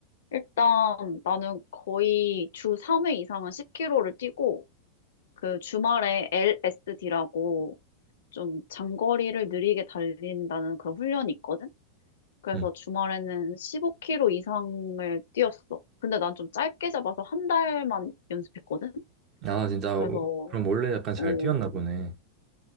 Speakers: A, on the left; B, on the right.
A: 일단 나는 거의 주 3회 이상은 10km를 뛰고, 그 주말에 LSD라고 좀 장거리를 느리게 달린다는 그런 훈련이 있거든? 그래서
B: 음.
A: 주말에는 15km 이상을 뛰었어. 근데 난 좀 짧게 잡아서 한 달만 연습했거든?
B: 아, 진짜,
A: 그래서,
B: 그럼 원래 약간 잘
A: 어,
B: 뛰었나 보네.